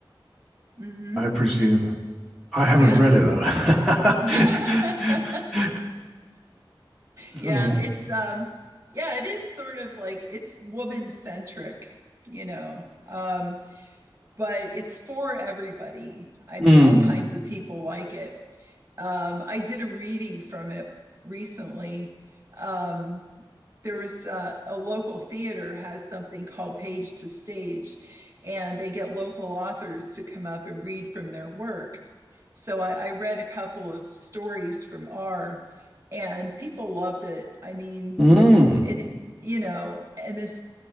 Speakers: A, on the right (about 30°); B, in the centre.
A: hmm
B: I presume. I haven't
A: yeah
B: read it
A: y-
B: though. <laughs>
A: <laughs> yeah
B: um,
A: it's um yeah it is sort of like it's woman centric you know um but it's for everybody. I
B: mm,
A: mean, all kinds of people like it. Um, I did a reading from it recently. Um, there was uh, a local theater has something called Page to Stage, and they get local authors to come up and read from their work. So I, I read a couple of stories from R, and people loved it. I mean,
B: mm,
A: and you know, and this